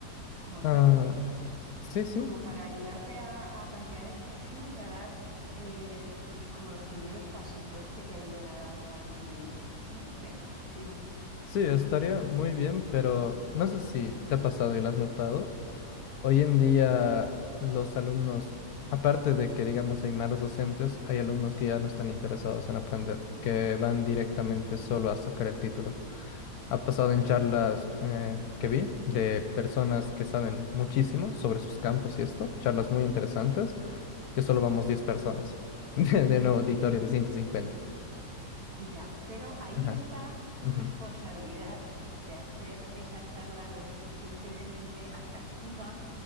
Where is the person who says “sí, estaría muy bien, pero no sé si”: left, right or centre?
Left